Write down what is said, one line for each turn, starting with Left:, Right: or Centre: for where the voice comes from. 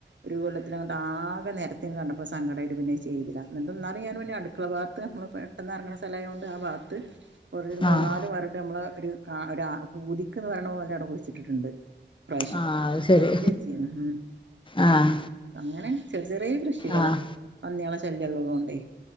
Right: ഒരു കൊല്ലത്തിനങ്ങണ്ട് ആകെ നേരപ ആദ്യം കണ്ടപ്പോ സങ്കടായിട്ട് പിന്നത് ചെയ്തീല. ന്നിട്ട് ന്നാലും അടുക്കള ഭാഗത്ത് നമ്മള് പെട്ടെന്ന് എർങ്ങ്ണ സ്ഥലായോണ്ട്. അപ്പോ ആ ഭാഗത്ത് കൊറേരു മൂന്നാല്
Left: ആഹ്
Right: മര്ഡ് നമ്മളെ ഒരു കാ ഒരു ആ പൂതിക്കന്ന് പറയണ പോലെ അവിടെ കുഴിച്ചിട്ടിട്ടുണ്ട് ഈ പ്രാവശ്യം
Left: ആഹ് അത് ശരി
Right: നിർത്തിച്ചീന് ഉം
Left: ആഹ്
Right: അങ്ങനെ ചെർ ചെറിയെ കൃഷികള്.
Left: ആഹ്
Right: പന്നികളെ ശലൃള്ളതോണ്ടെ.